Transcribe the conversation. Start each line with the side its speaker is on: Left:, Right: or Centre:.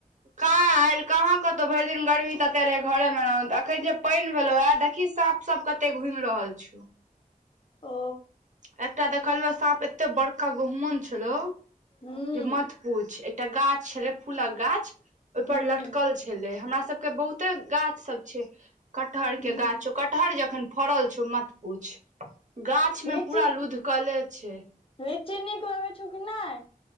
Right: कायल कहाँ कतौ भरि दिन गर्मी तते रहै घरेमे रह तऽ अखन जे पानि भेल उएह देखी साँप सब कते घुमि रहल छ
Left: ओ
Right: एकटा देखलुय साँप एते बड़का गहुमन छलो
Left: हुं
Right: जे मत पूछ एकटा गाछ छले फूलक गाछ ओहि पर
Left: हुं
Right: लटकल छै ले हमरा सब के बहुते गाछ सब छै कटहर
Left: हुं
Right: के गाछ कटहर जखन फड़ल छउ मत पुछ गाछ में
Left: लीची
Right: पूरा लुधकले छै
Left: लीची नीक लगै छौ कि नहि